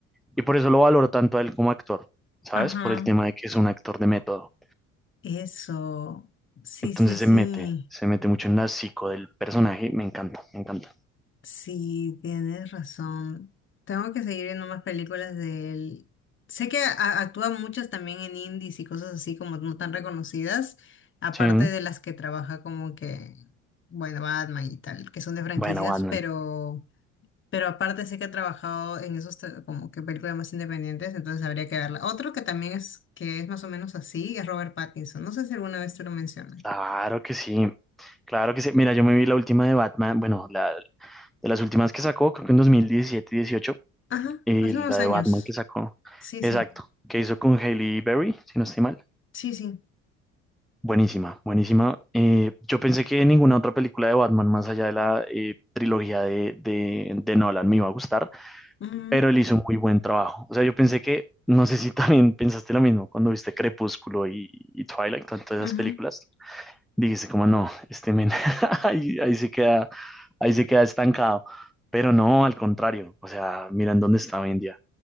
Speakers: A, in the centre; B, on the left (about 30°).
A: y por eso lo valoro tanto a él como actor, ¿sabes?
B: Ajá,
A: Por el tema de que es un actor de método.
B: eso. Sí,
A: Entonces
B: sí, sí.
A: se mete, se mete mucho en la psico del personaje. Me encanta, me encanta.
B: Sí, tienes razón. Tengo que seguir viendo más películas de él. Sé que a- actúa muchas también en indies y cosas así como no tan reconocidas, aparte
A: Sí. ¿no?
B: de las que trabaja como que, bueno, Batman y tal, que son de franquicias,
A: Bueno, Batman.
B: pero, pero aparte sé que ha trabajado en esos tra- como que películas más independientes, entonces habría que verla. Otro que también es, que es más o menos así, es Robert Pattinson. No sé si alguna vez te lo mencioné.
A: Claro que sí, claro que sí. Mira, yo me vi la última de Batman, bueno, la, de las últimas que sacó, creo que en 2017 y 18,
B: Ajá,
A: y
B: hace unos
A: la de
B: años.
A: Batman que sacó,
B: Sí,
A: exacto,
B: sí.
A: que hizo con Hailey Berry, si no estoy mal.
B: Sí, sí.
A: Buenísima, buenísima. Eh, yo pensé que ninguna otra película de Batman, más allá de la eh, trilogía de, de, de Nolan, me iba a gustar,
B: Ujú,
A: pero él hizo un muy buen trabajo. O sea, yo pensé que, no sé si <laughs> también pensaste lo mismo cuando viste Crepúsculo y, y Twilight, con todas
B: ujú.
A: esas películas. Dijiste como, no, este men, <laughs> ahí, ahí se queda, ahí se queda estancado. Pero no, al contrario. O sea, miren dónde está hoy en día.